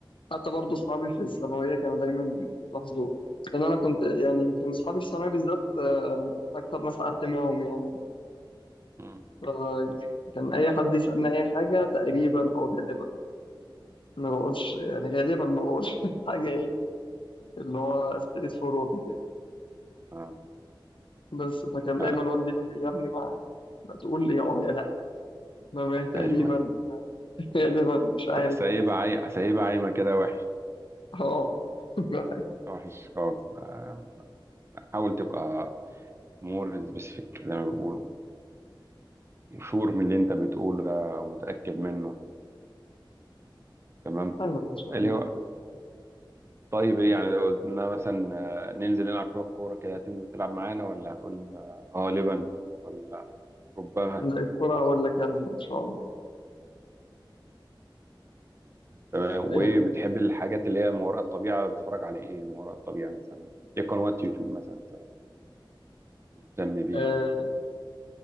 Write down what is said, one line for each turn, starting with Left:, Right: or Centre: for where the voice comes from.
Left: حتى برضه أصحابي في الثانوية كانوا دايما يلاحظوه لأن أنا كنت يعني يمكن أصحابي في الثانوية بالذات آه، أكتر ناس قعدت معاهم يعني
Right: مم.
Left: فكان أي حد يسألني أي حاجة تقريبا أو غالبا ما بقولش يعني غالبا ما بقولش <laughs> حاجة إيه اللي هو ستريت فورورد كده
Right: اه
Left: بس فكان دايما
Right: آه،
Left: والدي يقول لي يا ابني ما ما تقول لي يا اه يا لا ما ما تقريبا
Right: ايوه
Left: <laughs> غالبا مش عارف
Right: سايبة عاي... سايبة عايمة كده وحش
Left: اه <laughs>
Right: وحش خالص آه، حاول تبقى مور سبيسيفيك زي ما بيقولوا وشور من اللي انت بتقوله ده ومتأكد منه تمام
Left: حاول ان شاء
Right: اللي
Left: الله
Right: هو طيب ايه يعني لو قلنا مثلا آه، ننزل نلعب شويه كوره كده هتنزل تلعب معانا ولا هتقول اه آه، لبن ولا ربما
Left: لا، الكرة اقول لك هنزل ان شاء الله
Right: تمام
Left: يعني
Right: وايه بتحب الحاجات اللي هي ما وراء الطبيعه بتتفرج على ايه ما وراء الطبيعه مثلا ايه قنوات يوتيوب مثلا انت مهتم بيها
Left: آه